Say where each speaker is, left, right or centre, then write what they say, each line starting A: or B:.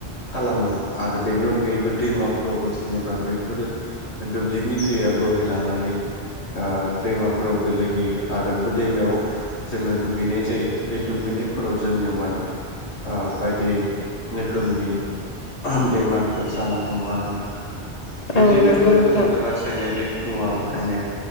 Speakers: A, on the left (about 80°); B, on the left (about 40°).
A: खालामो आ आरो बेनि अनगायैबो दैमाफोरावबो जेनेबा बेफोरो दुब्लिनि दैया बोहैलाङो मानै ओ दैमाफोराव गोलैहैयो आरो बा दैमायाव जोङो दुगैनाय जायो बे दुगैनाय निफोराव जोंनियाव माने बायदि रोखोमनि बेमारफोर जानो हमो आरो नों दा बिदिनोथ'
B: औ नंगौ नोंथां
A: जोङो रासायनारिक मुवा बाहायनो